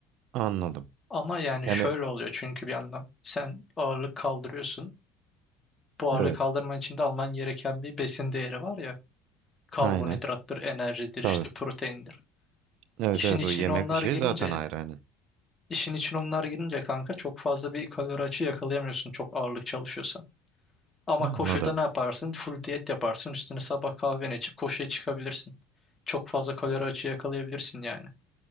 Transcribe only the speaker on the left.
Ama yani
şöyle oluyor çünkü bir yandan. Sen ağırlık kaldırıyorsun. Bu ağırlık
kaldırman için de alman gereken bir besin değeri var ya. Karbonhidrattır,
enerjidir,
işte proteindir.
İşin
içine
onlar
girince,
işin için onlar girince kanka çok fazla bir kalori açığı yakalayamıyorsun çok ağırlık çalışıyorsan. Ama
koşuda ne yaparsın? Full diyet yaparsın. Üstüne sabah kahveni içip koşuya çıkabilirsin. Çok fazla kalori açığı yakalayabilirsin yani.